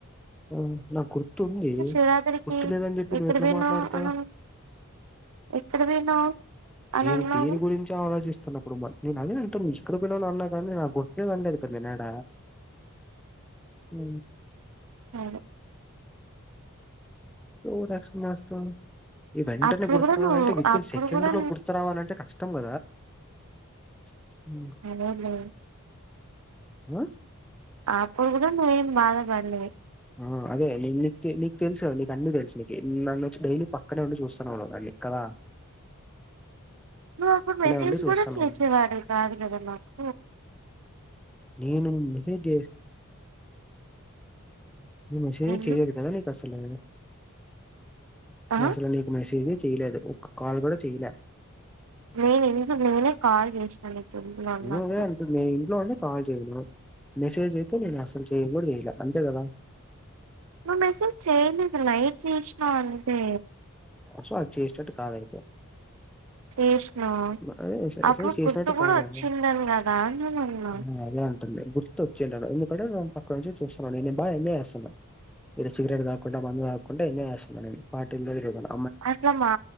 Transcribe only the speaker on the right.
శివరాత్రికి
ఎక్కడ
పోయినావ్
అని ఎక్కడ పోయినావ్ అని
అన్నావు
అవును
అప్పుడు
కూడా
నువ్వు
అప్పుడు
కూడా
అదేలే
అప్పుడు కూడా నువ్వేం బాధ పడలేదు
నువ్ అప్పుడు మెసేజ్
కూడా చేసేవాడు కాదు కదా నాకు
ఏంది
ఆహా
నేను ఇందు నేనే కాల్ చేసినా నీకు ఇందులో ఉన్నప్పుడు
ఇ మసజ చేయలే ఇది నలైట్ జీసిన అంది
చేసినావు
అప్పుడు
గుర్తు కూడా
వచ్చిందని
కదా నేను అన్నా
అట్లా మా